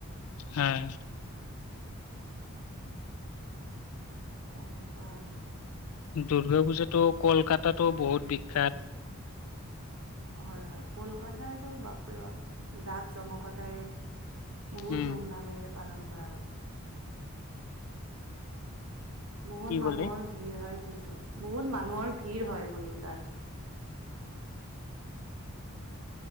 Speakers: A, on the left (about 75°); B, on the right (about 80°).
A: হয়।
B: তেনেকুৱা আৰু।
A: দুৰ্গা পুজাটো কলকাতাটো বহুত বিখ্যাত।
B: হয় হয়, কলকাতাৰটো বাপৰে বাপ জাক জমকতাৰে, বহুত
A: উম
B: ধুমধামেৰে পালন কৰা হয়। বহুত
A: কি
B: মানুহৰ
A: ক'লে?
B: ভিৰ হয় কিন্তু। বহুত মানুহৰ ভিৰ হয় বোলো তাত।